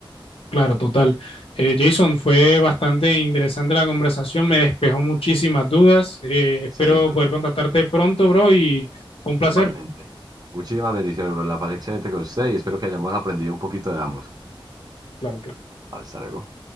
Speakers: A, on the left; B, on the right.
A: claro, total. Eh, Jason, fue bastante interesante la conversación, me despejó muchísimas dudas. eh, espero
B: Excelente,
A: poder
B: bro.
A: contactarte pronto, bro, y fue un
B: Igualmente.
A: placer.
B: Muchísimas bendiciones, bro. La pasé excelente con usted y espero que hayamos aprendido un poquito de ambos.
A: Claro, claro.
B: Hasta luego.